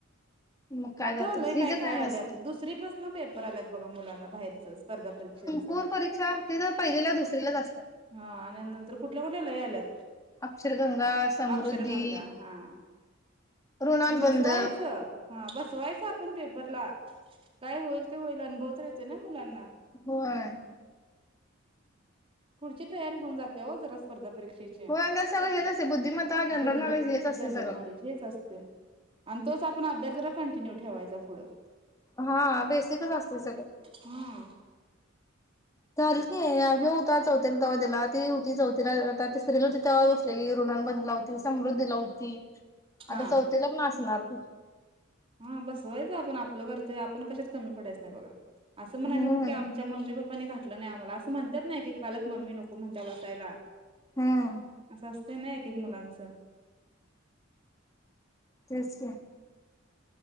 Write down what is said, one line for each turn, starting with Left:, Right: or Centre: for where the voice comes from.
Left: मग काय
Right: आता
Left: करतेस
Right: लय
Left: हिजे
Right: काय काय आल्यात.
Left: नसते.
Right: दुसरी पासन पेपर आल्यात बघा मुलांना बाहेरच स्पर्धा परिक्षेंच.
Left: पूर्व परीक्षा ती तर पहिलीला दुसरीलाच असत्या.
Right: हां आणि नंतर कुठल्या कुठल्या लय आल्यात.
Left: अक्षरगंगा, समृद्धी,
Right: अक्षरगंगा हां
Left: ऋणानुबंध
Right: बसवायचं. हा बसवायचं आपण पेपरला काय होईल ते होईल अनुभव तर येतोय ना मुलांना.
Left: होय.
Right: पुढची तयारी होऊन जाते ओ जरा स्पर्धा परीक्षेची
Left: होय आणि त्यात सगळं हेच असते बुद्धिमत्ता जनरल
Right: बुद्धिमत्ता
Left: नॉलेज हेच असते
Right: जनरल
Left: सगळं.
Right: नॉलेज हेच असतय. आणि तोच आपण अभ्यास जरा कंटिन्यु ठेवायचा पुढं.
Left: हा बेसिकच असतय सगळं ते.
Right: हा
Left: झाल की ह्यो होता चौथीला तवा दिला, ती होती चौथीला आता तिसरीला होती तवा तेली ऋणानुबंध होती, समृद्धीला होती आता,
Right: हा
Left: चौथीला पण असणार बुक
Right: हा बसवायचं आपण आपलं कर्तव्य आपण कशात कमी पडायचं नाही बघा. आसं म्हणाया
Left: हम्म
Right: नको की आमच्या मम्मी पप्पाने घातलं नाही आम्हाला, असं म्हणत्यात न एक एक पालक मम्मी नको म्हणत्या बसायला
Left: हम्म
Right: असं असत ते नाही एकक मुलांचं.
Left: तेच की.